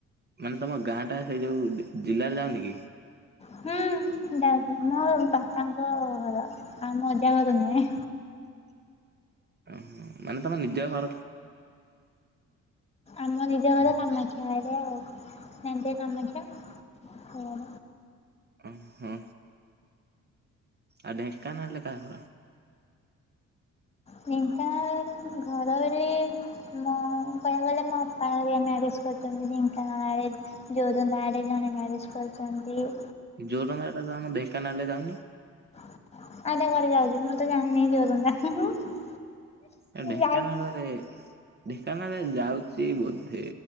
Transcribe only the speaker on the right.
ମାନେ ତମ ଗାଁଟା ସେଇ ଯୋଉ ଡି ଜିଲ୍ଲାରେ ଯାଉନି କି?
ଓହୋ ମାନେ ତମର ନିଜ ଘର
ଅହଁ। ଆଉ ଢେଙ୍କାନାଳରେ କାହା ଘର?
ଜୋରନ୍ଦାଟା ତ ଆମ ଢେଙ୍କାନାଳରେ ଯାଉନି।
ଏ ଢେଙ୍କାନାଳରେ
ଢେଙ୍କାନାଳରେ ଯାଉଚି ବୋଧେ